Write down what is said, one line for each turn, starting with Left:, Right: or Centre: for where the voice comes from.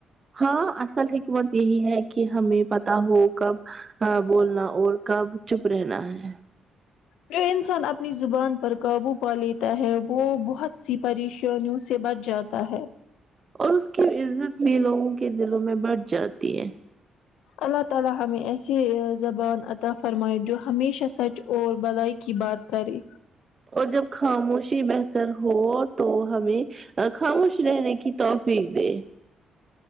Right: ہاں اصل حکمت یہی ہے کہ ہمیں پتا ہو کب کہاں بولنا اور کب چپ رہنا ہے
Left: وے انسان اپنی زبان پر کابو پا لیتا ہے وہ بہت سی پریشانیوں سے سے بچ جاتا ہے
Right: اور اس کی عزت بھی لوگوں کے دلوں میں بڑھ جاتی ہے
Left: اللہ تعالی ہمیں ایسے زبان عطا فرماے جو ہمیشہ سچ اور بلای کی بات کریں
Right: اور جب خاموشی بہتر ہو تو ہمیں خاموش رہنے کی توفیق دے